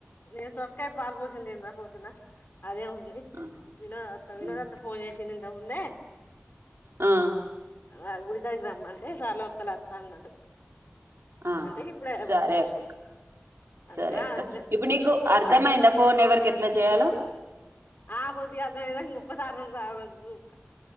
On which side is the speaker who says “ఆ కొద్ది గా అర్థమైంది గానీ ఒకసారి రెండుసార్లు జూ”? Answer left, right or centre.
Left